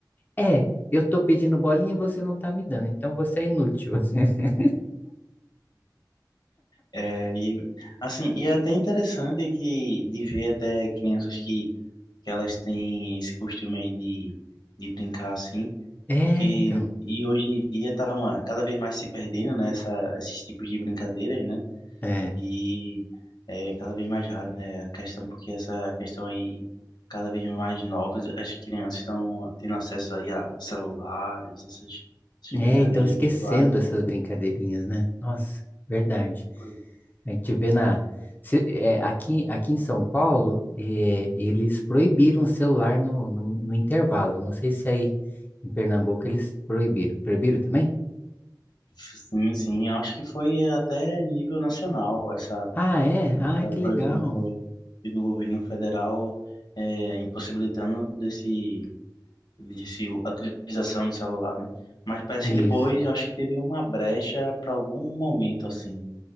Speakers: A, on the left; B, on the left.
A: É, eu tô pedindo bolinha e você não tá me dando, então você é inútil. <laughs>
B: É, e, assim, e é até interessante que, de ver até crianças que, que elas têm esse costume aí de, de brincar assim,
A: É,
B: porque
A: então.
B: e hoje em dia tá uma, cada vez mais se perdendo, né, essa- esses tipos de brincadeiras, né?
A: É.
B: E é cada vez mais raro, né? A questão, porque essa questão aí, cada vez mais novas, as crianças estão tendo acesso aí a celulares, essas, essas
A: É,
B: brincadeiras
A: então esquecendo
B: virtuais.
A: essas brincadeirinhas, né? Nossa, verdade.
B: Pois,
A: A gente vê na. se- é, aqui, aqui em São Paulo, é, eles proibiram o celular no, no, no intervalo. Não sei se aí em Pernambuco eles proibiram. Proibiram também?
B: Sim, sim, acho que foi até nível nacional essa,
A: Ah, é? Ah,
B: essa
A: que legal.
B: proibição foi do governo federal é, impossibilitando desse, desse, a utilização do celular, né? Mas parece
A: Isso.
B: que depois, acho que teve uma brecha para algum momento, assim,